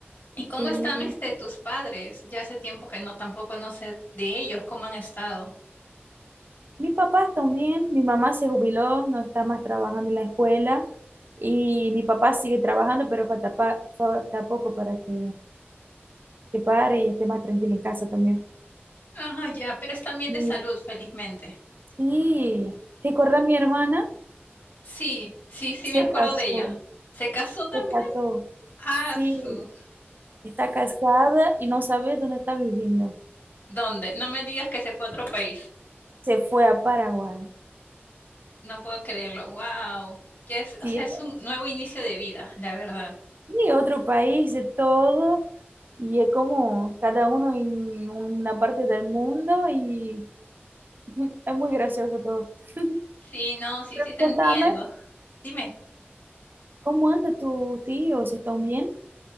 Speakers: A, on the left (about 55°); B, on the right (about 50°).
A: ¿Y cómo
B: Sí,
A: están este tus padres? Ya hace tiempo que no, tampoco no sé de ellos, ¿cómo han estado?
B: Mis papás también, mi mamá se jubiló, no está más trabajando en la escuela y mi papá sigue trabajando, pero falta, pa- falta poco para que, que pare y esté más tranquila en casa también.
A: Ajá, ya, pero están bien
B: Y,
A: de salud, felizmente.
B: y recordar mi hermana,
A: Sí, sí, sí
B: se
A: me acuerdo
B: casó,
A: de ella. ¿Se casó también?
B: se casó,
A: Ah,
B: sí,
A: su.
B: está casada y no sabe dónde está viviendo.
A: ¿Dónde? No me digas que se fue a otro país.
B: Se fue a Paraguay,
A: No puedo creerlo. Wow. Que es,
B: sí,
A: o sea,
B: está,
A: es un nuevo inicio de vida, la verdad.
B: sí, otro país, de todo. Y es como cada uno en una parte del mundo y <laughs> Es muy gracioso todo. <laughs>
A: Sí, no, sí,
B: Pero
A: sí te
B: contame,
A: entiendo. Dime.
B: ¿cómo anda tu tío? ¿Se están bien?